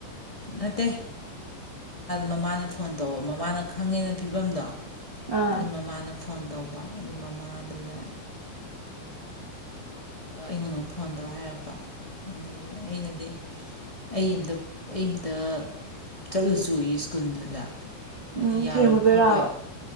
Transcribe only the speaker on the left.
ꯅꯠꯇꯦ ꯃꯃꯥꯅ ꯐꯣꯟ ꯇꯧꯕ ꯃꯃꯥꯅ ꯈꯪꯉꯦꯅ ꯐꯤꯕꯝꯗꯣ
ꯑꯗꯨꯗꯩ ꯃꯃꯥꯅ ꯐꯣꯟ ꯇꯧꯕ ꯑꯗꯨꯗꯩ ꯃꯃꯥꯗꯨꯅ ꯑꯩꯉꯣꯟꯗ ꯑꯃꯨꯛ ꯐꯣꯟ ꯇꯧꯔ ꯍꯥꯏꯔꯛꯄ ꯑꯗꯒꯤ ꯑꯩꯅꯗꯤ ꯑꯩ ꯑ ꯑꯩ ꯑꯃꯇ ꯆꯠꯂꯨ ꯆꯣꯌꯦ ꯁ꯭ꯀꯨꯜꯗꯨꯗ ꯑꯩꯅ
ꯌꯥꯔꯣꯏ
ꯈꯣꯠꯂꯣꯏ